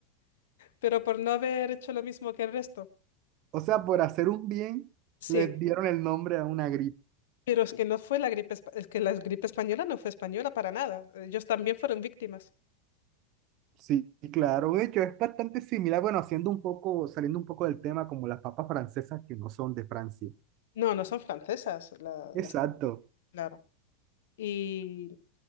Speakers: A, on the left (about 70°); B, on the right (about 50°).
A: Pero por no haber hecho lo mismo que el resto.
B: O sea, por hacer un bien,
A: Sí,
B: les dieron el nombre a una gripe.
A: pero es que no fue la gripe, espa- es que la gripe española no fue española para nada. Ellos también fueron víctimas.
B: Sí, claro. De hecho, es bastante similar, bueno, haciendo un poco, saliendo un poco del tema, como las papas francesas que no son de Francia.
A: No, no son francesas, la- las,
B: Exacto.
A: claro. Y